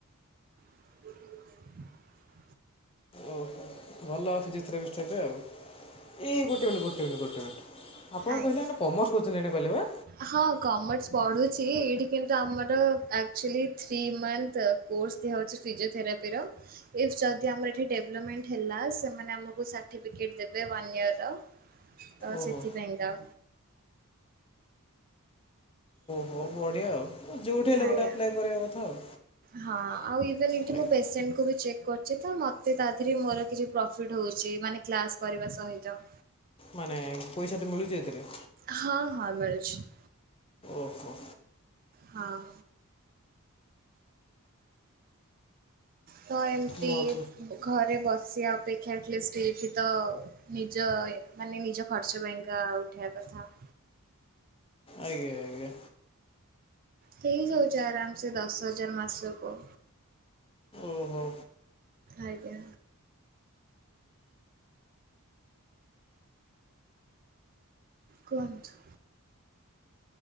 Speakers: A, on the right; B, on the left.
A: <inaudible>
B: ଓହୋ ଭଲ ଅସୁ ଯେଥିରେ ବିଷ୍ଟବେ ଆଉ ଏଇ ଗୋଟେ ମିନିଟ ଗୋଟେ ମିନିଟ୍ ଗୋଟେ ମିନିଟ। ଆପଣ
A: ଆଜ୍ଞା।
B: କହିଲେ ନା କମର୍ସ କରୁଛନ୍ତି ଏଇନା କହିଲେ ବା।
A: ହଁ କମର୍ସ ପଢ଼ୁଛି ଏଇଠି କିନ୍ତୁ ଆମର ଆକ୍ଚୁଆଲି ଥ୍ରୀ ମନ୍ଥ କୋର୍ସ ଦିଆହଉଛି ଫିଜିଓଥେରାପିର। ଇଫ ଯଦି ଆମର ଏଠି ଡେଭଲପମେଣ୍ଟ ହେଲା ସେମାନେ ଆମକୁ ସାଟିଫିକେଟ ଦେବେ ୱାନ ଇୟର ର ତ
B: ଓହୋ
A: ସେଥିପାଇଁ ତ
B: ହଉ ବଢ଼ିଆ ଆଉ। ମୁଁ ଯେଉଁଠି ହେଲେ
A: ଆଜ୍ଞା
B: ଗୋଟେ ଆପ୍ଲାଏ କରିବା କଥା ଆଉ
A: ହଁ ଆଉ ଏଇଠି
B: ଆଜ୍ଞା।
A: ମୁଁ ପେସେଣ୍ଟକୁ ବି ଚେକ ତ ମୋତେ ତା ଦେହରେ ମୋର କିଛି ପ୍ରଫିଟ୍ ହଉଛି ମାନେ କ୍ଲାସ୍ କରିବା ସହିତ।
B: ମାନେ ପଇସା ତ ମିଳୁଛି ଏଥିରେ।
A: ହଁ ହଁ ମିଳୁଛି।
B: ଓହୋ।
A: ହଁ। ତ ଏମିତି
B: ଭଲ
A: ଘରେ ବସିବା ଅପେକ୍ଷା ଆଟଲିଷ୍ଟ ଏଇଠି ତ ନିଜ ମାନେ ନିଜ ଖର୍ଚ୍ଚ ପାଇଁକା ଉଠେଇବା କଥା।
B: ଆଜ୍ଞା ଆଜ୍ଞା।
A: ହଁ ହେଇଯାଉଛି ଆରାମ ସେ ଦଶ ହଜାର ମାସ କୁ।
B: ଓହୋ।
A: ଆଜ୍ଞା। କୁହନ୍ତୁ।